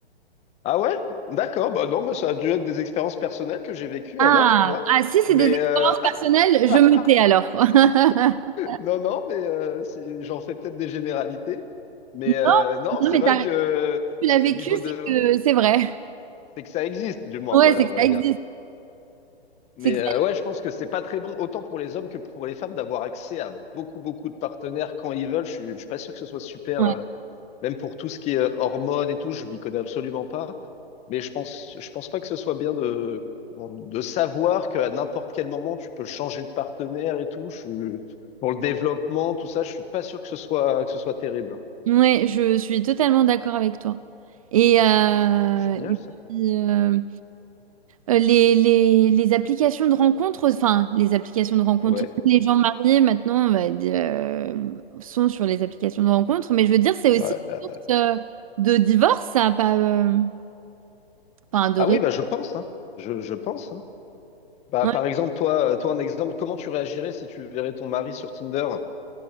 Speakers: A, on the left; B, on the right.
A: Ah ouais? D'accord, bah non, mais ça a dû être des expériences personnelles que j'ai vécues
B: Ah,
A: alors, tu vois.
B: ah, si
A: Mais...
B: c'est des expériences
A: euh,
B: personnelles,
A: <laughs>
B: je me tais alors. <laughs>
A: Non, non, mais euh, si- j'en fais peut-être des généralités. Mais
B: Non,
A: euh, non,
B: non,
A: c'est
B: mais
A: vrai
B: t'as-
A: que
B: tu l'as vécu,
A: au niveau de...
B: c'est que c'est vrai.
A: C'est que ça existe, du moins,
B: Ouais,
A: voilà,
B: c'est que
A: on va
B: ça existe.
A: dire. Mais
B: C'est que
A: euh, ouais, je pense que c'est pas très bon, autant pour les hommes que pour les femmes, d'avoir accès à beaucoup, beaucoup de partenaires quand ils veulent. Je suis, je suis pas sûr que ce soit super.
B: ça- ouais.
A: euh, même pour tout ce qui est euh, hormones et tout, je m'y connais absolument pas. Mais je pense, je pense pas que ce soit bien de, comment- de savoir qu'à n'importe quel moment, tu peux changer de partenaire et tout. Je, suis- pour le développement, tout ça, je suis pas sûr que ce soit, que ce soit terrible.
B: Ouais, je suis totalement d'accord avec toi. Et, euh,
A: Génial,
B: et puis,
A: ça.
B: euh, Euh, les, les, les applications de rencontres, enfin, les applications de rencontres,
A: Ouais.
B: les gens mariés maintenant bah, d- euh, sont sur les applications de rencontres, mais je veux dire, c'est
A: Ouais.
B: aussi une source euh, de divorce, ça, pas, euh, enfin, de
A: Ah
B: ré-
A: oui, bah, je pense, hein. Je, je pense, hein. Bah,
B: ouais.
A: par exemple, toi, euh, toi, un exemple, comment tu réagirais si tu verrais ton mari sur Tinder?